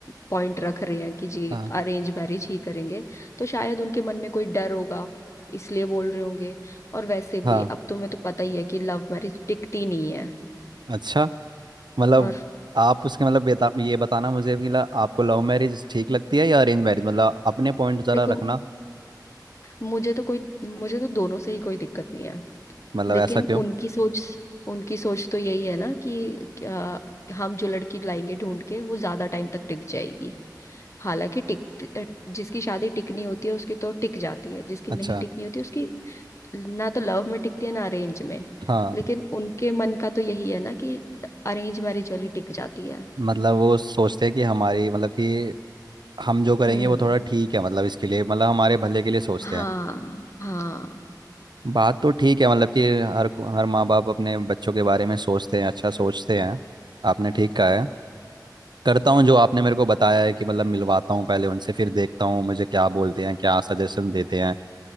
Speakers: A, on the left; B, on the right.
A: पॉइंट रख रहे हैं कि जी
B: हाँ
A: अरेंज मैरिज ही करेंगे तो शायद उनके मन में कोई डर होगा इसलिए बोल रहे होंगे और वैसे भी
B: हाँ
A: अब तुम्हें तो पता ही है कि लव मैरिज टिकती नहीं है
B: अच्छा मतलब
A: और
B: आप उसके मतलब बेता, ये बताना मुझे कि मतलब आपको लव मैरिज ठीक लगती है या अरेंज मैरिज मतलब अपने पॉइंट जरा
A: देखो
B: रखना
A: मुझे तो कोई मुझे तो दोनों से ही कोई दिक्कत नहीं है
B: मतलब
A: लेकिन
B: ऐसा क्यों
A: उनकी सोच उनकी सोच तो यही है ना कि क्या, हम जो लड़की लाएंगे ढूंढ के वो ज्यादा टाइम तक टिक जाएगी हालांकि टिक अ, जिसकी शादी टिकनी होती है उसकी तो टिक जाती है जिसकी
B: अच्छा
A: नहीं टिकनी होती उसकी ना तो लव में टिकती है ना अरेंज में
B: हाँ
A: लेकिन उनके मन का तो यही है ना कि अरेंज मैरिज वाली टिक जाती है
B: मतलब वो सोचते हैं कि हमारी मतलब कि हम जो करेंगे
A: हम्म
B: वो थोड़ा ठीक है मतलब इसके लिए मतलब हमारे भले के लिए सोचते
A: हाँ
B: हैं
A: हाँ
B: बात तो ठीक है मतलब कि हर को- हर माँ बाप अपने बच्चों के बारे में सोचते हैं अच्छा सोचते हैं आपने ठीक कहा है करता हूँ जो आपने मेरे को बताया है कि मतलब मिलवाता हूँ पहले उनसे फिर देखता हूँ मुझे क्या बोलते हैं क्या सजेशन देते हैं